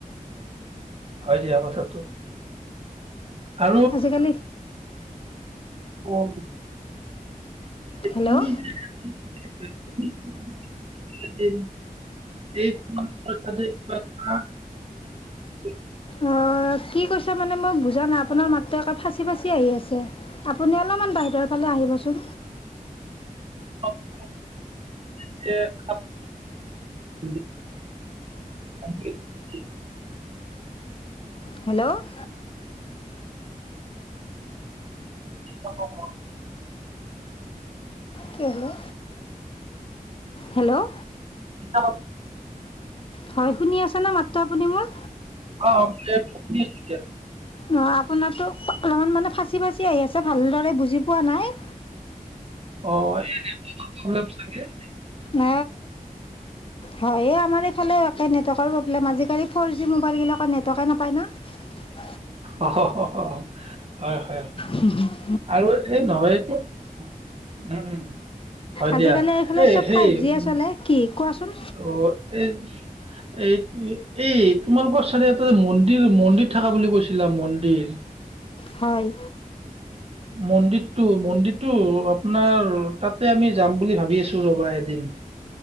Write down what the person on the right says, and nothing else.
হয় দিয়া কথাটো। আৰু
অ
তুমি যে <inaudible>
<unintelligible>
অ <unintelligible>
অ <unintelligible>
আমক পছ <unintelligible>
অ এই নেটৱৰ্কৰ প্ৰব্লেম থাকে।
অহ হ' হ, হয় হয় হয়
আৰু এই নহয় দিয়ক উম উম হয়
দিয়া
এই
সেই
অ', এই এই এই তোমালোকৰ চাৰিআলিতে মন্দিৰ মন্দিৰ থাকা বুলি কৈছিলা মন্দিৰ।
মন্দিৰটো মন্দিৰতটো আপোনাৰ তাতে আমি যাম বুলি ভাবি আছো ৰবা এদিন।